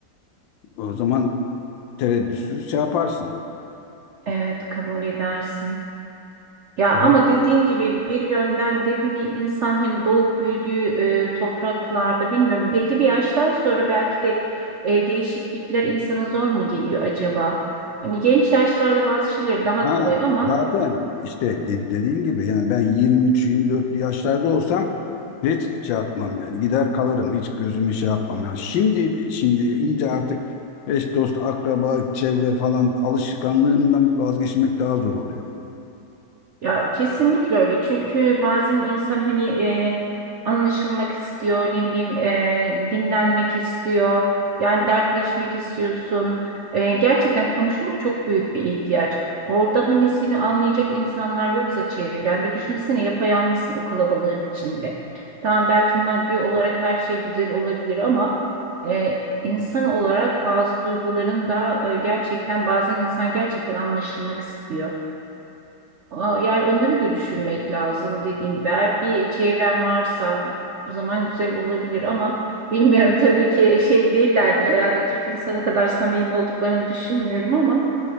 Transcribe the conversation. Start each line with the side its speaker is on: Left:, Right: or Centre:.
Left: o zaman tereddütsüz şey yaparsın.
Right: Evet kabul edersin. Ya
Left: Kabul
Right: ama dediğin gibi bir yönden de hani insan hani doğup büyüdüğü e, topraklarda bilmiyorum belli bir yaştan sonra belki de e, değişiklikler insana zor mu geliyor acaba? Hani genç yaşlarda bazı şeyler daha
Left: Ha,
Right: kolay ama
Left: zaten işte de- dediğin gibi yani ben 23-24'lü yaşlarda olsam hiç şey yapmam yani gider kalırım hiç gözümü şey yapmam yani şimdi şimdi iyice artık eş dost akraba çevre falan alışkanlığından vazgeçmek daha zor oluyor.
Right: Ya kesinlikle öyle. Çünkü bazen insan hani e, anlaşılmak istiyor, ne bileyim e, dinlenmek istiyor. Yani dertleşmek istiyorsun. E, gerçekten konuşmak çok büyük bir ihtiyaç. Orada hani seni anlayacak insanlar yoksa çevrende düşünsene yapayalnızsın o kalabalığın içinde. Tamam belki maddi olarak her şey güzel olabilir ama e, insan olarak bazı duyguların da e, gerçekten bazen insan gerçekten anlaşılmak istiyor. Aa, Yani onları da düşünmek lazım dediğin gibi. Eğer bir çevren varsa o zaman güzel olabilir ama bilmiyorum <laughs> tabii ki şey değillerdir herhalde Türk insanı kadar samimi olduklarını düşünmüyorum ama